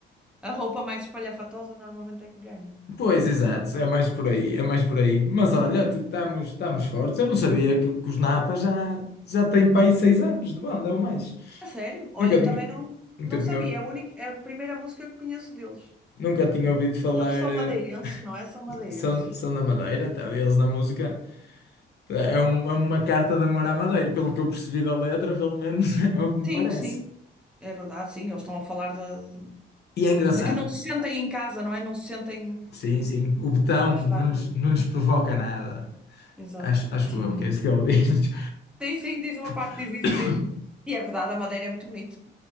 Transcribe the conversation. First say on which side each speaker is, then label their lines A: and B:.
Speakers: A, in the centre; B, on the left.
A: A roupa mais espalhafatosa normalmente é que ganha.
B: Pois, exato, é mais por aí, é mais por aí. Mas olha, tu- estamos, estamos fortes. Eu não sabia que, que os Napa já, já têm para aí seis anos de banda ou mais.
A: A sério? Olha,
B: Nunca
A: eu
B: tinha,
A: também não,
B: nunca
A: não
B: tinha,
A: sabia. É a única, é a primeira música que conheço deles.
B: nunca tinha ouvido falar.
A: Eles são
B: eh,
A: madeirenses, não é? São madeirenses.
B: São, são da Madeira, tá? Eles na música. É, um- é uma carta de amor à Madeira, pelo que eu percebi da letra, pelo menos <laughs> é o que me
A: Sim,
B: parece.
A: sim. É verdade, sim. Eles estão a falar de,
B: E é engraçado.
A: de que não se sentem em casa, não é? Não se sentem.
B: Sim, sim. O botão
A: Vão estar.
B: não lhes,
A: com-
B: não lhes provoca nada.
A: Exatamente.
B: Acho, acho eu que é isso que ele diz.
A: Sim, sim, diz uma parte,
B: <coughs>
A: diz isso,
B: <laughs>
A: diz. E é verdade, a Madeira é muito bonito.